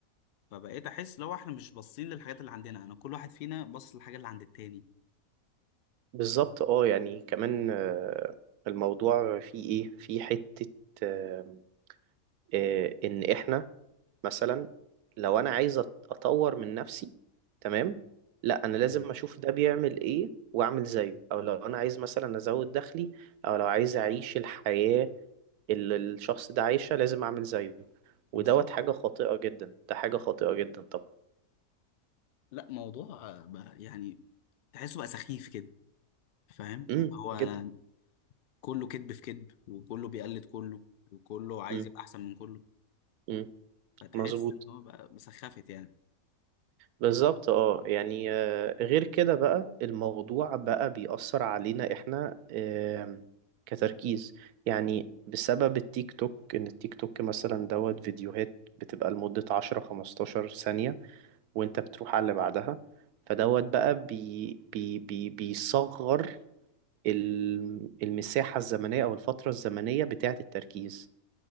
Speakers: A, on the left; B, on the right.
A: فبقيت احس لو احنا مش باصين للحاجات اللي عندنا انا كل واحد فينا باص للحاجه اللي عند التاني
B: بالظبط اه يعني كمان آه، الموضوع فيه ايه في حتة آه، آه، ان احنا مثلا لو انا عايز أت- اطور من نفسي تمام لا انا لازم
A: مم.
B: اشوف ده بيعمل ايه واعمل زيه او لو انا عايز مثلا ازود دخلي او لو عايز اعيش الحياة اللي الشخص ده عايشها لازم اعمل زيه ودوت
A: بالظبط
B: حاجة خاطئة جدا ده حاجة خاطئة جدا طبعا
A: لا موضوع آه، بقى يعني تحسه بقى سخيف كده فاهم
B: امم
A: اللي هو انا
B: جدا
A: كله كذب في كذب وكله بيقلد كله وكله عايز
B: امم
A: يبقى احسن من كله
B: امم
A: فتحس
B: مظبوط
A: ان هو بقى بسخافت يعني
B: بالظبط اه يعني آه، غير كده بقى الموضوع بقى بيأثر علينا احنا آم، كتركيز يعني بسبب التيك توك ان التيك توك مثلا دوت فيديوهات بتبقى لمدة 10 15 ثانية وانت بتروح على اللي بعدها فدوت بقى بي بي بي بيصغر الم- المساحة الزمنية أو الفترة الزمنية بتاعة التركيز